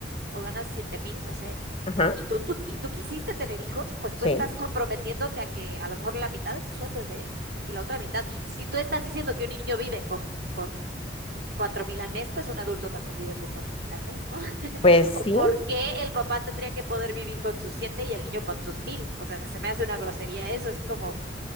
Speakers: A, on the right; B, on the left.
A: o ganas siete mil, no sé,
B: Ajá,
A: y tú, tú- y tú quisiste tener hijos, pues
B: sí.
A: tú estás comprometiéndote a que a lo mejor la mitad de tu sueldo es de él, ¿no? Y la otra mitad. Si tú estás diciendo que un niño vive con, con cuatro mil al mes, pues un adulto también vive con cuatro mil al mes, ¿no? <laughs>
B: Pues sí,
A: ¿O por qué el papá tendría que poder vivir con sus siete y el niño con sus mil? O sea, se me hace una grosería eso, es como,